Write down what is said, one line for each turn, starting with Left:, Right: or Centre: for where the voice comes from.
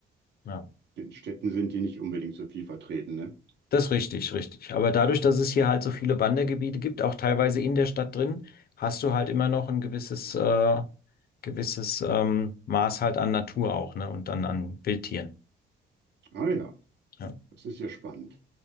Left: Ja.
Right: in Städten sind die nicht unbedingt so viel vertreten, ne?
Left: Das ist richtig, richtig. Aber dadurch, dass es hier halt so viele Wandergebiete gibt, auch teilweise in der Stadt drin, hast du halt immer noch ein gewisses, äh, gewisses ähm, Maß halt an Natur auch, ne? Und dann an Wildtieren.
Right: Ah ja,
Left: Ja.
Right: das ist ja spannend.